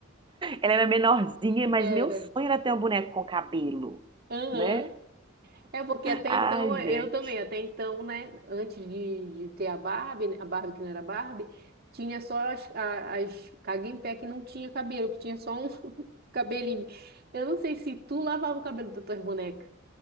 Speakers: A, on the right; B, on the right.
A: Ela era menorzinha, mas
B: Era.
A: meu sonho era ter um boneco com cabelo,
B: Aham.
A: né?
B: É porque até
A: Ai,
B: então, eu
A: gente,
B: também, até então, né, antes de, de ter a Barbie, né, a Barbie que não era Barbie, tinha só as, a- as Cague em pé que não tinha cabelo, que tinha só um <laughs> cabelinho. Eu não sei se tu lavava o cabelo das tuas bonecas.